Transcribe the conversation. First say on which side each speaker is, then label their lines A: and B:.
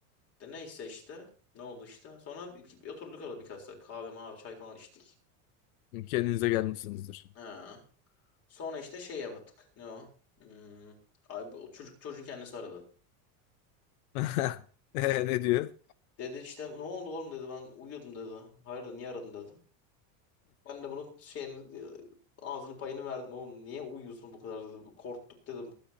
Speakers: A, on the left; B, on the left.
A: De neyse işte. Ne oldu işte. Sonra bir, bir- bir oturduk orada birkaç saat. Kahve, mavi, çay falan içtik.
B: Kendinize gelmişsinizdir.
A: Ha. Sonra işte şey yaptık. Ne o? Hmm. Abi, bu- o çocuk, çocuğun kendisi aradı.
B: <laughs> E, ne diyor?
A: Dedi işte ne oldu oğlum dedi ben uyuyordum dedi. Hayırdır niye aradın dedi. Ben de bunun şeyini ağzını payını verdim oğlum. Niye uyuyorsun bu kadar dedim. Korktuk dedim.